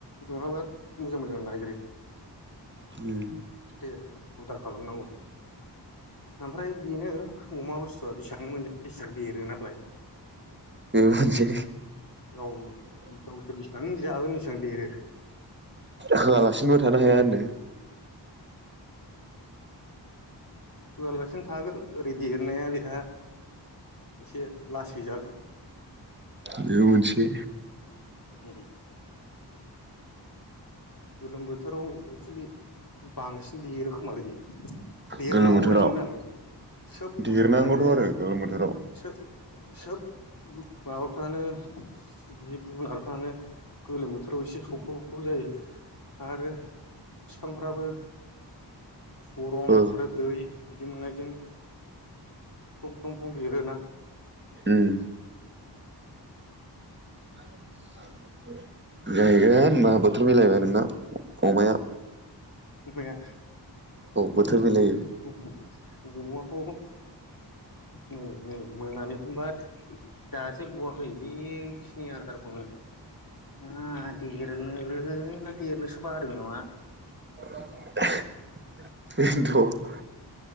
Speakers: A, on the left (about 55°); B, on the right (about 25°).
A: नङाबा मोजां मोजां नागिरो।
B: उम।
A: एसे हुदा खालामनांगौ ओमफ्राय बेनो अमा बुस्थुआ बेसेबां मोनजायो बेसेबां देरो नालाय।
B: बेबो मोनसे।
A: गाव गावसोरो बेसेबां जागोन बेसिबां देरो
B: होआलासिनोबो थानो हाया
A: उम।
B: होनदों
A: होआलासिनो थागोन। <unintelligible> एसे लासै जागोन
B: बेबो मोनसे।
A: ओम ओम। गोलोम बोथोराव एक्सुलि बांसिन देरो खोमालै? देरनांगौ
B: गोलोम बोथोराव
A: बायदि मोनो आं सोब
B: देरनांगौथ'
A: बुस्थुफ्रानो
B: आरो गोलोम बोथोराव
A: सोब सोब माबाफ्रानो जिब जुनारफ्रानो गोलोम बोथोराव एसे सखौ। खौ जायो। आरो फिफांफोराबो गरम
B: ओ
A: आरो दै बिदि मोननायजों फ्लं फ्लं फ्लं देरोना।
B: उम आं गायबाय होनबा बोथोर मिलायबाय नोंना। फंबाया।
A: <unintelligible>
B: बोथोर मिलायो
A: अमाथ' नै नै मोनानिखौबा जाजोबबवाखै बेखिनि आदारखौनो मा देरनो देरनोसो बादों नामा?
B: <unintelligible> बेनोथ'